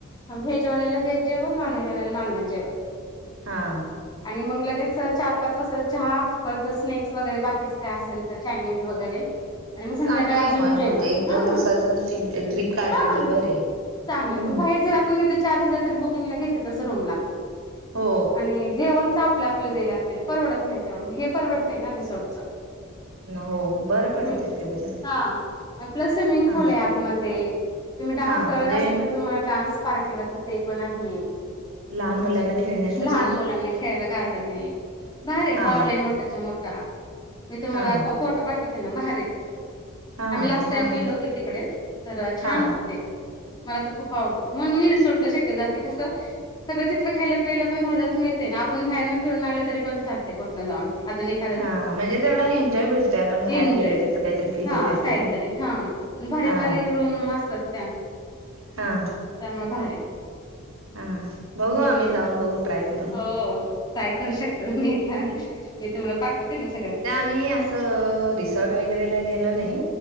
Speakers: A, on the left; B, on the right.
A: व्हेजवाल्याला व्हेज जेवण नॉनव्हेजवाल्याला नॉन व्हेज जेवण.
B: हां.
A: आणि मग लगेच चार-पाच अस चहा परत स्नॅक्स वगैरे बाकीच काय असेल तर चायनीज वगैरे. आणि मग संध्याकाळी
B: चांगलं
A: अजून
B: आहे मग
A: जेवण.
B: म्हणजे एक दोन
A: हा.
B: दिवसाच ट्रिप काढली
A: हा.
B: तर बरे
A: चांगलं.
B: हम्म
A: पण बाहेर जर आपण घेतो चार हजार बुकिंग ला घेतातच रूमला.
B: हो
A: आणि जेवण लागते. परवडत नाही तेवढ मग हे परवडतं ना रिसोर्टचं.
B: हो बरं पडतंय
A: हम्म
B: ते उलट
A: हा, प्लस, स्विमिंग
B: हा
A: पूल आहे आतमध्ये तुम्ही डान्स
B: हा
A: करत
B: म्हणजे
A: असेल तर, तुम्हाला डान्स पार्टिवाच ते पण आहे,,
B: लहान
A: म्हणजे
B: मुलांना खेळण्यासाठी
A: लहान मुलांना खेळाला गार्डन आहे भारी
B: हा
A: हॉल आहे मोठ्या मोठा मी तुम्हाला
B: हा
A: फोटो पाठवते ना बाहेरे
B: हा
A: आम्ही
B: हा
A: लास्ट टाइम
B: चांगल
A: गेलो होतो तिकडे तर छान
B: हा
A: होतं ते मला तर खूप आवडलं मग मी तर रिसॉर्टला शक्यतो जाते कसं सगळ तिथलं खायला पियला पण बाजारात मिळतं ना आपण बाहेर ना फिरून आलं तरी पण चालते कोठं जाऊन अजून एक
B: हा म्हणजे तेवढा एन्जॉय भेटतोय आपण बाहेर
A: एंजॉय
B: गेलो त्याच काहीतरी फील
A: हा,
B: येते आपल्याला
A: कायतरी हा भारी
B: हा
A: भारी रूम असतात त्या
B: हा
A: त्यामुळे भारी
B: हा, बघू
A: हम्म
B: आम्ही जाऊन बघू ट्राय करू
A: हो काय करू शकत मी एकदा मी तुम्हाला पाठवते ना सगळं-
B: मी असं रिसॉर्ट वगैरेला गेलो नाही